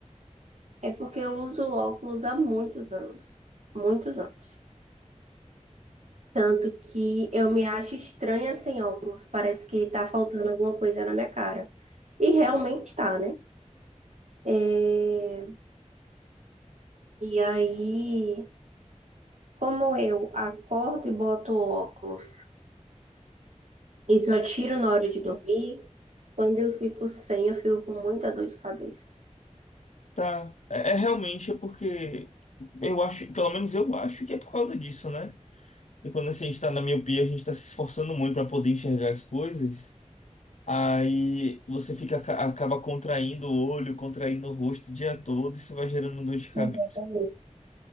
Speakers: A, on the right (about 65°); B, on the left (about 65°).
A: É porque eu uso óculos há muitos anos. Muitos anos. Tanto que eu me acho estranha sem óculos. Parece que tá faltando alguma coisa na minha cara. E realmente tá, né? É, e aí, como eu acordo e boto óculos e só tiro na hora de dormir, quando eu fico sem, eu fico com muita dor de cabeça.
B: Tá, é, é realmente é porque eu acho, pelo menos eu acho que é por causa disso, né? E quando assim, a gente tá na miopia, a gente tá se esforçando muito para poder enxergar as coisas, aí você fica, aca- acaba contraindo o olho, contraindo o rosto o dia todo, isso vai gerando dor de cabeça.
A: Exatamente.